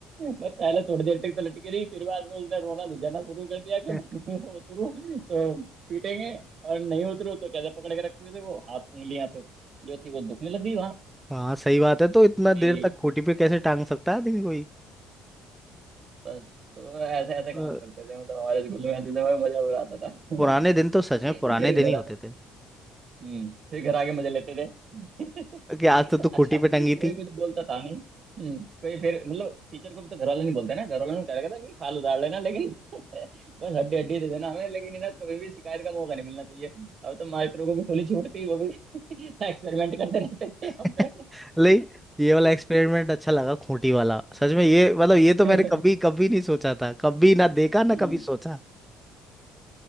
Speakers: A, on the right (about 50°); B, in the centre.
A: मैं पहले थोड़ी देर तक तो लटकी रही फिर बाद में उसने रोना झिझाना शुरू कर दिया कि
B: <laughs>
A: मैं उतरू <laughs> तो पीटेंगे और नहीं उतरू तो कैसे पकड़ के रखे थे वो हाथ उंगलियां तो जो थी वो दुखने लगी वहां
B: हाँ सही बात है तो इतना
A: ए,
B: देर तक खूंटी पे कैसे टांग सकता है आदमी कोई
A: बस तो ऐसे ऐसे
B: अ,
A: काम करते थे मतलब हमारे स्कूल में ऐसे समय मजा उड़ाता था <laughs>
B: पुराने दिन तो सच
A: फिर
B: में पुराने दिन ही
A: घर
B: होते थे
A: हम्म फिर घर आके मजे लेते थे <laughs>
B: कि आज तो तू
A: अच्छा
B: खूंटी पे
A: कोई
B: टंगी थी
A: कुछ बोलता था नहीं हम्म, कोई फिर मतलब टीचर को भी तो घर वाले नहीं बोलते ना घर वालों ने कह रखा था कि खाल उतार लेना लेकिन <laughs> बस हड्डी हड्डी दे देना हमें लेकिन ना कभी भी शिकायत का मौका नहीं मिलना चाहिए अब तो मास्टरों को भी खुली छूट थी वो भी <laughs> एक्सपेरिमेंट करते रहते थे हम
B: <laughs>
A: पे
B: ले ये वाला एक्सपेरिमेंट अच्छा लगा खूंटी वाला सच में ये मतलब ये तो
A: <laughs>
B: मैंने कभी कभी नहीं सोचा था कभी ना देखा ना
A: हम्म।
B: कभी सोचा